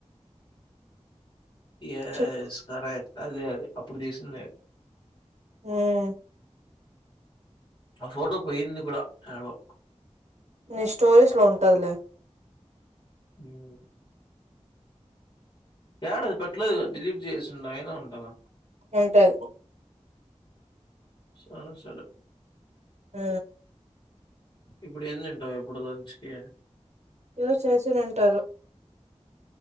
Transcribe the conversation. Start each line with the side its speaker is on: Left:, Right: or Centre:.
Left: ఎస్
Right: చెప్
Left: కరెక్ట్ అదే అదే అప్పుడు తీసిందే
Right: హ్మ్
Left: ఆ ఫోటో పోయింది కూడా యడో
Right: మీ స్టోరీస్ లో ఉంటదిలే
Left: హ్మ్. యాడో అది పెట్టలేదు కదా డిలీట్ చేసిండ అయినా ఉంటదా
Right: ఉంటది
Left: సరే సరే
Right: ఆ
Left: ఇప్పుడు ఎం తింటావు ఇప్పుడు లంచ్ కి
Right: దోశ ఏసి ఉంటారు